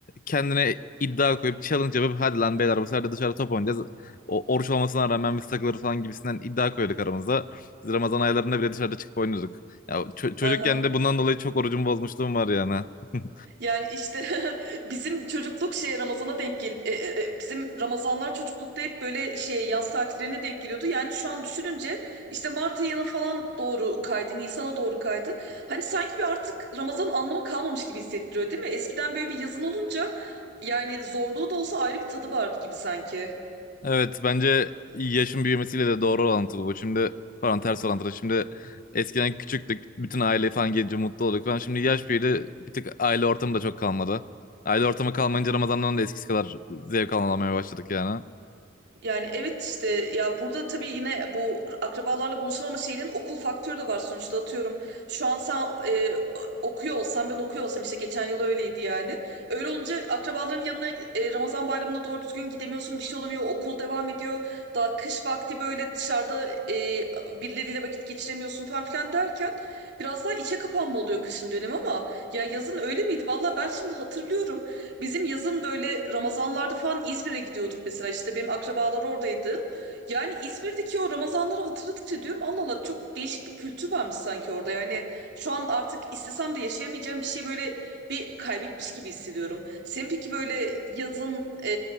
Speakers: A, on the left; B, on the right.
A: kendine iddia koyup challenge yapıp hadi lan beyler bu sefer de dışarı top oynayacağız o, oruç olmasına rağmen biz takılırız falan gibisinden iddia koyduk aramızda. Biz Ramazan aylarında bile dışarıda çıkıp oynuyorduk. Ya ço- çocukken
B: hı hı.
A: de bundan dolayı çok orucumu bozmuşluğum var yani. <laughs>
B: Yani işte <laughs> bizim çocukluk şey Ramazan'a denk gel e, e, e, bizim Ramazanlar çocuklukta hep böyle şey yaz tatillerine denk geliyordu. Yani şu an düşününce işte Mart ayına falan doğru kaydı, Nisan'a doğru kaydı. Hani sanki bir artık Ramazan anlamı kalmamış gibi hissettiriyor değil mi? Eskiden böyle bir yazın olunca yani zorluğu da olsa ayrı bir tadı vardı gibi sanki.
A: Evet bence yaşın büyümesiyle de doğru orantılı bu. Şimdi pardon ters orantılı. Şimdi eskiden küçüktük. Bütün aile falan gelince mutlu olduk falan. Şimdi yaş büyüdü. Bir tık aile ortamı da çok kalmadı. Aile ortamı kalmayınca Ramazan'dan da eskisi kadar zevk alamamaya başladık yani.
B: Yani evet işte ya burada tabii yine bu akrabalarla buluşamama şeyinin okul faktörü de var sonuçta atıyorum. Şu an sen e, okuyor olsan ben okuyor olsam işte geçen yıl öyleydi yani. Öyle olunca akrabaların yanına e, Ramazan bayramında doğru düzgün gidemiyorsun bir şey olamıyor okul devam ediyor. Daha kış vakti böyle dışarıda e, birileriyle vakit geçiremiyorsun falan filan derken biraz daha içe kapanma oluyor kışın dönemi ama ya yazın öyle miydi? Valla ben şimdi hatırlıyorum. Bizim yazın böyle Ramazanlarda falan İzmir'e gidiyorduk mesela işte benim akrabalar oradaydı. Yani İzmir'deki o Ramazanları hatırladıkça diyorum Allah Allah çok değişik bir kültür varmış sanki orada. Yani şu an artık istesem de yaşayamayacağım bir şey böyle bir kaybetmiş gibi hissediyorum. Sen peki böyle yazın e,